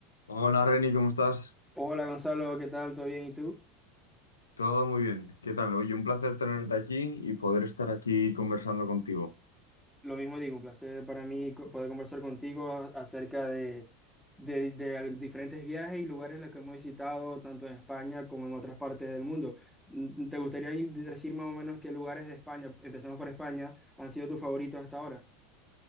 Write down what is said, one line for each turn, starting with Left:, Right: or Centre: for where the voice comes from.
Left: Hola Reni, ¿cómo estás?
Centre: Hola Gonzalo, ¿qué tal? ¿Todo bien? ¿Y tú?
Left: Todo muy bien. ¿Qué tal? Oye, un placer tenerte aquí y poder estar aquí conversando contigo.
Centre: Lo mismo digo, un placer para mí co- poder conversar contigo a- acerca de, de- de al- diferentes viajes y lugares en los que hemos visitado, tanto en España como en otras partes del mundo. Mm, ¿Te gustaría ir- decir más o menos qué lugares de España, empezamos por España, han sido tus favoritos hasta ahora?